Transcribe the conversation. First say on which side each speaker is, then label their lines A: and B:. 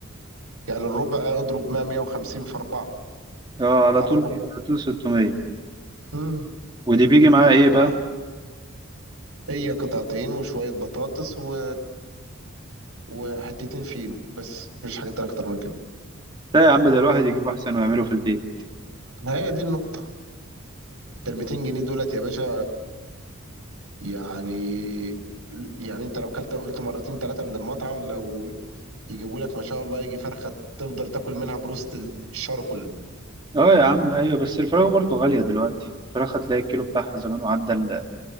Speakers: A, on the right; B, on the right.
A: يعني الربع اضرب 100 150 في اربعة
B: اه على
A: على
B: طول
A: طول
B: على طول 600
A: مم.
B: ودي بيجي معاها ايه بقى
A: هي قطعتين وشوية بطاطس و وحتتين فينو بس مفيش حاجات تانية اكتر من كده
B: لا يا عم ده الواحد يجيب احسن ويعمله في البيت
A: ما هي دي النقطة انت ال 200 جنيه دولت يا باشا يعني يعني انت لو كلت قلت مرتين ثلاثة من المطعم لو يجيبوا لك ما شاء الله يجي فرخة تفضل تاكل منها بروست الشهر كله
B: اه يا عم ايوه بس الفراخ برضه غاليه دلوقتي الفراخ هتلاقي الكيلو بتاعها زمان وعدى ال